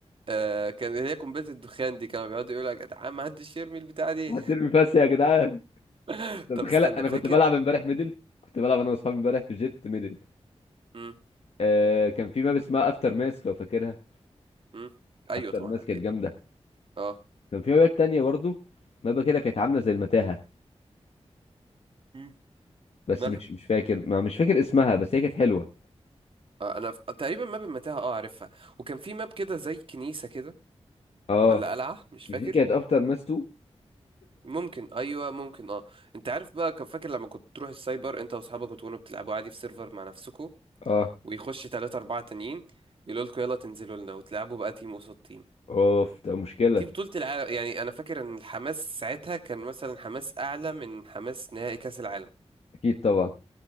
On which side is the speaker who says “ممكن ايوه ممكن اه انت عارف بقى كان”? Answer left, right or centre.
Right